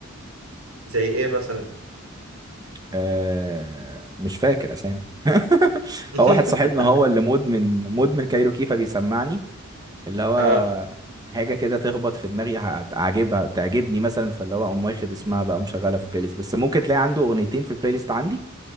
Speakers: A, on the right; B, on the right.
A: زي ايه مثلا
B: آه مش فاكر اسامي <laughs>
A: <laughs>
B: هو واحد صاحبنا هو اللي مدمن مدمن كايروكي فبيسمعني اللي هو
A: اه
B: حاجه كده تخبط في دماغي هتعجبها تعجبني مثلا فاللي هو اقوم واخد اسمها بقى ومشغلها في بلاي ليست بس ممكن تلاقي عنده اغنيتين في البلاي ليست عندي